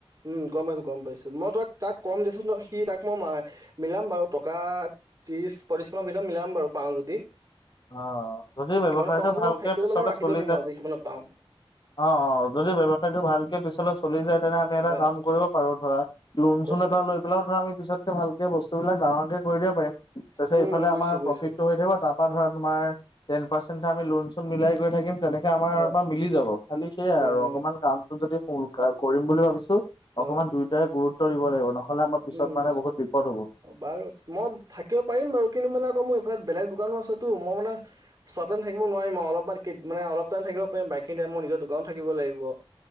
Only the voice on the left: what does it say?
অ যদি ব্যৱসায়টো
ভালকে
পিছলে
চলি
যায়
অ অ যদি ব্যৱসায়টো ভালকে পিছলে চলি যাই তেনেহ'লে আমি এটা
কাম কৰিব পাৰো ধৰা লোণ
চোণ এটা লৈ এইফালও ধৰ আমি পিছতকে ভালকে বস্তুবিলাক ডাঙৰকে কৰি দিব পাৰিম তাৰপিছত
এইফালে
আমাৰ
প্ৰফিটটো হৈ থাকিব তাৰ পা ধৰা তোমাৰ টেন পাৰ্চন্ এটা আমি লোন চোন মিলাই গৈ থাকিম। তেনেকে আমাৰ
বা মিলি যাব খালি সেইয়াই
আৰু
অকমান কামটো যদি সুৰক্ষা কৰিম বুলি ভাবিছো।
অকমান দুয়োটাই গুৰুত্ব দিব লাগিব নহ'লে আমাৰ পিছত
মানে বহুত বিপদ হ'ব।